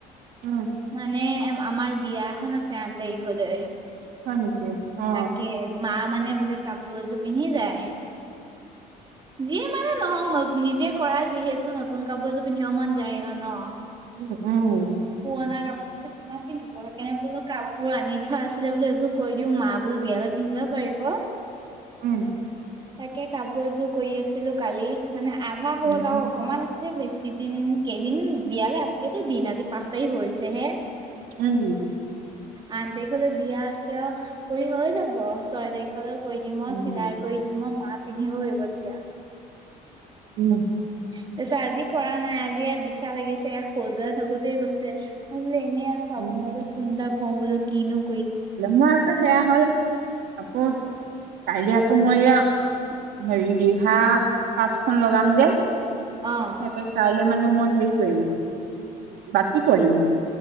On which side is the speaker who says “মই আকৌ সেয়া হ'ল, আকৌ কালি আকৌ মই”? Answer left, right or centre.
Right